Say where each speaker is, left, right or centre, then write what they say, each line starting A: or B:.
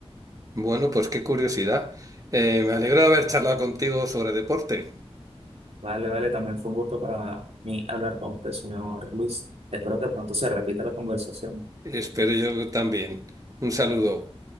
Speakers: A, on the right; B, on the right.
A: Bueno, pues qué curiosidad. Eh, me alegro de haber charlado contigo sobre deporte.
B: Vale, vale, también fue un gusto para mí hablar con usted, señor Luis. Espero que pronto se repita la conversación.
A: Espero yo también. Un saludo.